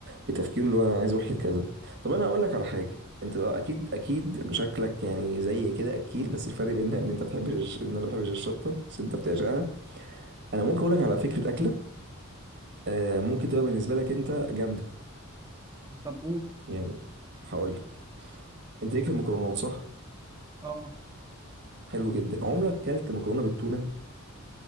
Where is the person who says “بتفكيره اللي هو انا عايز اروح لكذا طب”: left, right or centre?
Right